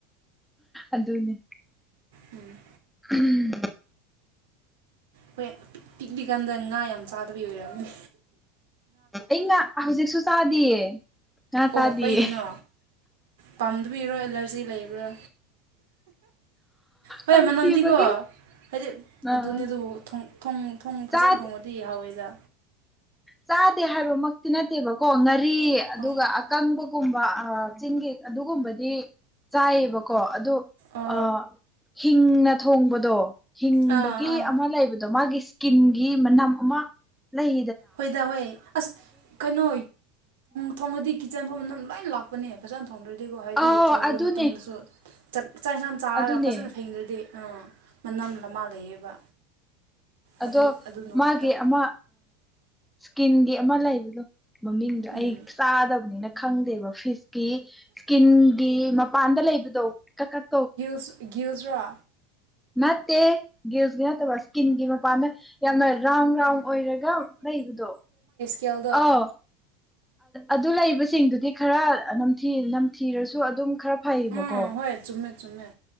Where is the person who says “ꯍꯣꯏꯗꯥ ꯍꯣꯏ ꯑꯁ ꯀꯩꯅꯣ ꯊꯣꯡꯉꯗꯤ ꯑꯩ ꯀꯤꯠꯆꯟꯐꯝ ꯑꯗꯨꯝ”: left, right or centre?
Right